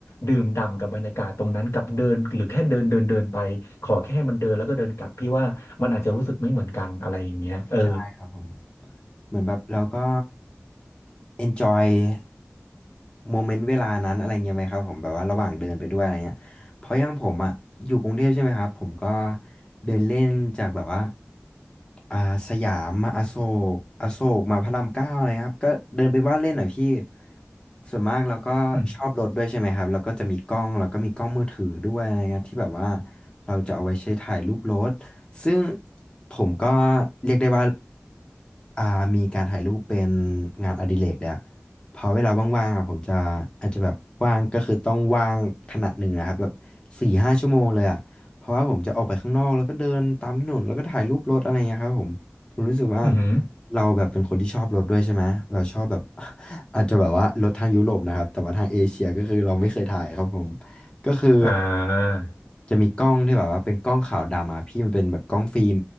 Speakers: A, on the left; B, on the left.
A: ดื่มด่ำกับบรรยากาศตรงนั้นกับเดินหรือแค่เดินเดินเดินไปขอแค่มันเดินแล้วก็เดินกลับพี่ว่ามันอาจจะรู้สึกไม่เหมือนกันอะไรอย่างเงี้ยเออ
B: ใช่ครับผมเหมือนแบบเราก็ enjoy โมเมนต์เวลานั้นอะไรเงี้ยไหมครับผมแบบว่าระหว่างเดินไปด้วยอะไรเงี้ยเพราะอย่างผมอ่ะอยู่กรุงเทพใช่ไหมครับผมก็เดินเล่นจากแบบว่าอ่าสยามมาอโศกอโศกมาพระรามเก้าอะไรครับก็เดินไปว่าเล่นหน่อยพี่ส่วนมากเราก็ชอบรถด้วยใช่ไหมครับแล้วก็จะมีกล้องแล้วก็มีกล้องมือถือด้วยอะไรเงี้ยที่แบบว่า
A: อืม
B: เราจะเอาไว้ใช้ถ่ายรูปรถซึ่งผมก็เรียกได้ว่าอ่ามีการถ่ายรูปเป็นงานอดิเรกแล้ว พอเวลาว่างๆอ่ะผมจะอาจจะแบบว่างก็คือต้องว่างขนาดหนึ่งนะครับแบบสี่ห้าชั่วโมงเลยอ่ะเพราะว่าผมจะออกไปข้างนอกแล้วก็เดินตามถนนแล้วก็ถ่ายรูปรถอะไรเงี้ยครับผมผมรู้สึกว่า
A: อมอหือ
B: เราแบบเป็นคนที่ชอบรถด้วยใช่ไหมเราชอบแบบ <laughs> อาจจะแบบว่ารถทางยุโรปนะครับแต่ว่าทางเอเชียก็คือเราไม่เคยถ่ายครับผมก็คือ
A: อ่า
B: จะมีกล้องที่แบบว่าเป็นกล้องขาวดำอะพี่มันเป็นแบบกล้องฟิล์ม